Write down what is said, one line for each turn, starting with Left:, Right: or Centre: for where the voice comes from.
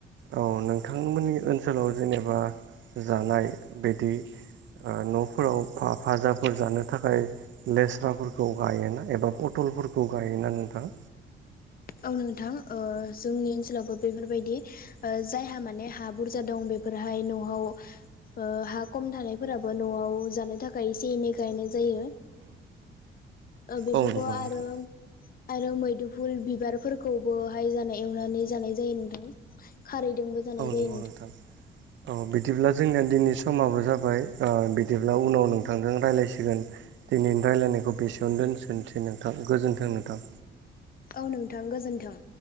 Right: औ नोंथांमोननि ओनसोलाव जेनेबा जानाय बिदि न'फोराव फाजाफोर जानो थाखाय लेस्राफोरखौ गायोना एबा पटलफोरखौ गायोना नोंथां?
Left: औ नोंथां जोंनि ओनसोलावबो बेफोरबायदि जायहा माने हा बुरजा दं बेफोरहाय न'आव हा खम थानायफोराबो न'आव जानो थाखाय एसे एनै गायनाय जायो। बेफोरखौ
Right: औ नंगौ
Left: आरो
Right: नोंथां
Left: आरो मैदुफुल बिबारफोरखौबोहाय जानाय एवनानै जानाय जायो नोंथां। खारैदोंबो जानाय
Right: औ
Left: जायो
Right: नंगौ नोंथां औ बिदिब्ला जोंना दिनै समाबो जाबाय बिदिब्ला उनाव नोंथांजों रायज्लायसिगोन। दिनैनि रायज्लायनायखौ बेसेयावनो दोनसनोसै नोंथां गोजोन्थों नोंथां।
Left: औ नोंथां गोजोन्थों।